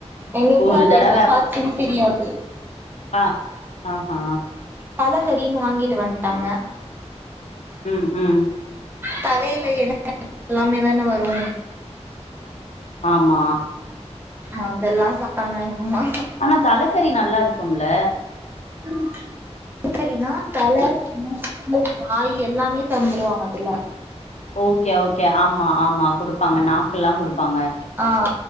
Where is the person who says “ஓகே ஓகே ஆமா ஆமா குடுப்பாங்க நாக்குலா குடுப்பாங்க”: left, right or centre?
Left